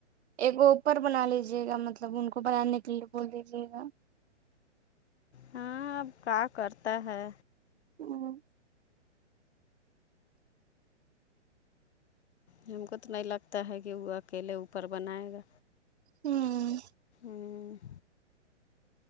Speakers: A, on the right; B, on the left.
A: ایک اوپر بنا لیجیے گا مطلب ان کو بنانے کے لیے بول دیجیے گا
B: ہاں اب کا کرتا ہے
A: ہ
B: ہم کو تو نہیں لگتا ہے کہ وہ اکیلے اوپر بنائے گا
A: ہں
B: ہں